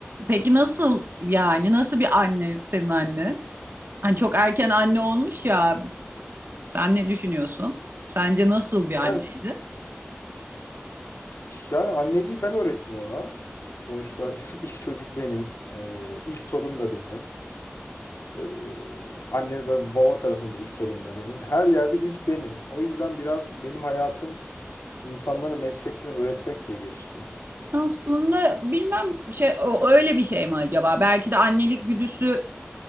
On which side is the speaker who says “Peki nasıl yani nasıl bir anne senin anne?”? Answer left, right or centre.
Right